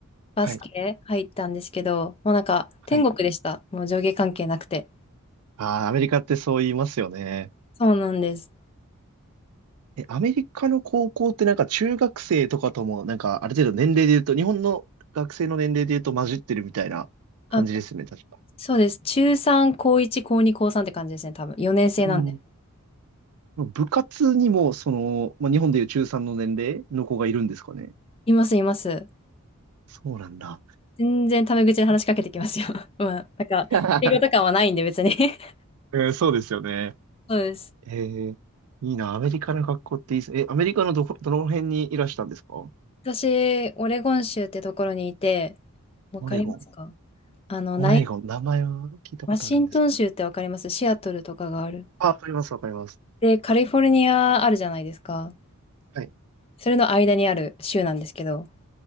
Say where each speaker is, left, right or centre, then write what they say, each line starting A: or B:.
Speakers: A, on the left; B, on the right.
A: バスケ入ったんですけど、
B: はい。
A: もうなんか天国でした。
B: はい。
A: もう上下関係なくて。
B: あー、アメリカってそう言いますよね。
A: そうなんです。
B: え、アメリカの高校ってなんか中学生とかともなんかある程度年齢で言うと、日本の学生の年齢で言うと混じってるみたいな感じですよね、
A: あ、
B: 確か。
A: そうです。中3、高1、高2、高3って感じですね、多分。4年生なんで。
B: うん。部活にも、その、まあ、日本でいう中3の年齢の子がいるんですかね。
A: います、います。
B: そうなんだ。
A: 全然タメ口で話しかけてきますよ。<laughs> まあ、なんか、
B: <laughs>
A: 英語とかはないんで別に <laughs>
B: うん、そうですよね。
A: そうです。
B: ええいいな。アメリカの学校っていいです。え、アメリカのどこ、どの辺にいらしたんですか
A: 私、オレゴン州ってところにいて、わかりますか
B: オレゴン。
A: あの、
B: オレゴン。
A: ない、
B: 名前は聞いたことあるんですけど。
A: ワシントン州ってわかりますシアトルとかがある。
B: あ、わかります、わかります。
A: で、カリフォルニアあるじゃないですか。
B: はい。
A: それの間にある州なんですけど、